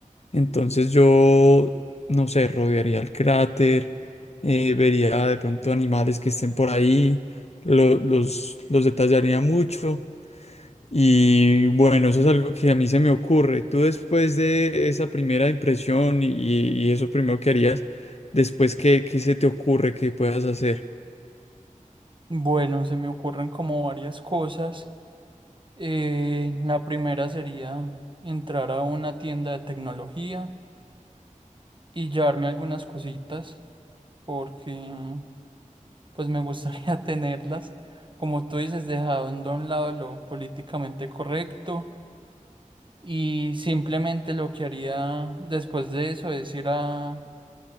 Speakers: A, on the left; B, on the right.
A: Entonces yo, no sé, rodearía el cráter, eh, vería de pronto animales que estén por ahí, lo- los, los detallaría mucho y bueno, eso es algo que a mí se me ocurre. Tú después de esa primera impresión y, y eso primero que harías, después qué, qué se te ocurre que puedas hacer.
B: Bueno, se me ocurren como varias cosas. Eh, la primera sería entrar a una tienda de tecnología y llevarme algunas cositas, porque pues me gustaría <laughs> tenerlas. Como tú dices, dejando a un lado lo políticamente correcto y simplemente lo que haría después de eso es ir a,